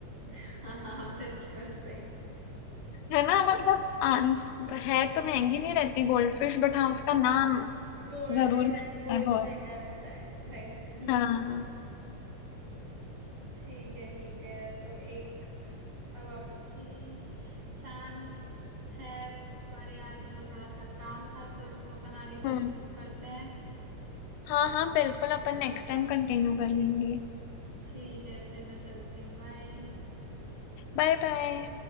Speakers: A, on the right; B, on the left.
A: <laughs> हाँ बिल्कुल सही
B: है ना मतलब आंस है तो महंगी नहीं रहती गोल्ड फिश बट हाँ उसका नाम
A: गोल्ड
B: जरूर
A: है
B: मिलता
A: मैन गोल्ड
B: है बहुत
A: महंगा रहता है राइट <laughs>
B: हाँ
A: ठीक है ठीक है तो एक अब आपकी चांस है पर यार मेरे को थोड़ा सा काम था तो इसको अपन आगे कं-
B: हम्म
A: करते हैं
B: हाँ हाँ बिल्कुल अपन नेक्स्ट टाइम कंटिन्यू कर लेंगे
A: ठीक है फिर मैं चलती हूँ बाय
B: Bye bye